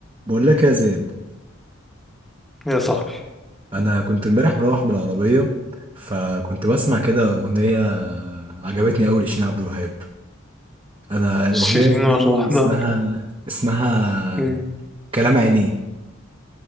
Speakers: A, on the right; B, in the centre.
A: بقول لك يا زياد
B: يا صاحبي
A: انا كنت امبارح مروح بالعربيه فكنت بسمع كده اغنيه عجبتني قوي لشيرين عبد الوهاب انا الاغنيه
B: شيرين
A: دي
B: مرة واحدة
A: اسمها اسمها
B: إيه،
A: كلام عينيه